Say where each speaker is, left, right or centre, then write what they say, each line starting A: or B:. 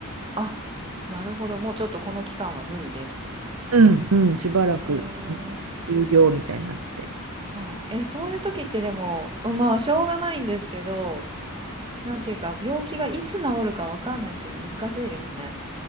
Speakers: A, on the right; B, on the right.
A: あ、なるほど。もうちょっとこの期間は無理です、みたいな。
B: うんうん、しばらく
A: へえ、
B: 休業みたいになって
A: はい。え、そういう時ってでも、まあ、しょうがないんですけど、なんていうか、病気がいつ治るかわかんないっていうの難しいですね。